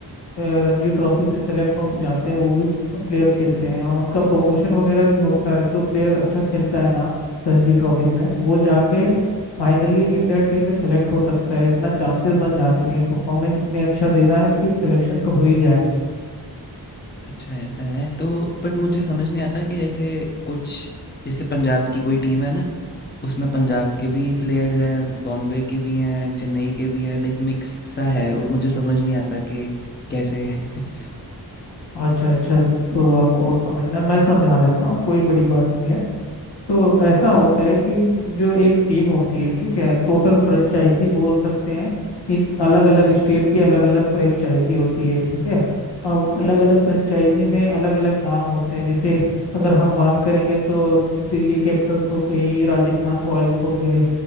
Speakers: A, on the left; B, on the left.
A: रणजी ट्रॉफी से सेलेक्ट होकर जाते हैं वो भी प्लेयर खेलते हैं और उनका प्रमोशन वगैरह भी होता है जो प्लेयर अच्छा खेलता है ना रणजी ट्रॉफी में वो जाके फाइनली इंडिया टीम में सेलेक्ट हो सकता है इतना चांसेस बन जाती हैं परफॉर्मेंस इतनी अच्छा देना है कि सिलेक्शन तो हो ही जाए
B: अच्छा ऐसा है तो बट मुझे समझ नहीं आता कि जैसे कुछ जैसे पंजाब की कोई टीम है ना उसमें पंजाब के भी प्लेयर्स हैं बॉम्बे के भी हैं चेन्नई के भी हैं लाइक मिक्स सा है वो मुझे समझ नहीं आता कि कैसे <laughs>
A: अच्छा अच्छा तो आपको समझना मैं समझा देता हूँ कोई बड़ी बात नहीं है तो ऐसा होता है कि जो एक टीम होती है ठीक है टोटल फ्रेंचाइजी बोल सकते हैं कि अलग अलग स्टेट की अलग अलग फ्रेंचाइजी होती है ठीक है अब अलग अलग फ्रेंचाइजी में अलग अलग नाम होते हैं जैसे अगर हम बात करेंगे तो दिल्ली कैपिटल्स हो गई राजस्थान रॉयल्स हो गए